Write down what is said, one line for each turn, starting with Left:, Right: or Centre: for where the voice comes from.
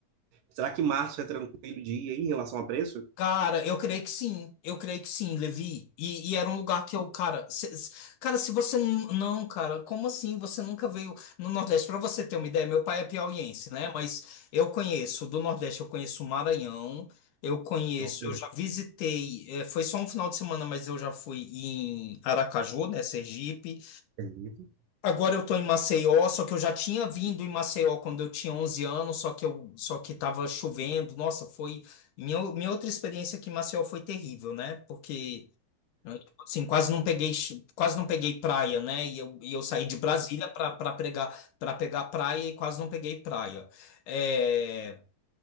Right: Será que março é tranquilo de ir em relação a preço?
Left: Cara, eu creio que sim, eu creio que sim, Levi. E, e era um lugar que eu, cara, se- se- cara, se você n- não, cara, como assim? Você nunca veio no Nordeste? Pra você ter uma ideia, meu pai é piauiense, né? Mas eu conheço do Nordeste, eu conheço o Maranhão, eu conheço,
Right: Olha,
Left: eu já visitei, eh, foi só um final de semana, mas eu já fui em Aracaju, né, Sergipe.
Right: entendi.
Left: Agora eu tô em Maceió, só que eu já tinha vindo em Maceió quando eu tinha 11 anos, só que eu, só que tava chovendo. Nossa, foi minha, minha outra experiência aqui em Maceió foi terrível, né? Porque né, tipo assim, quase não peguei, chu- quase não peguei praia, né? E eu, e eu saí de Brasília para para pegar para pegar praia e quase não peguei praia. É,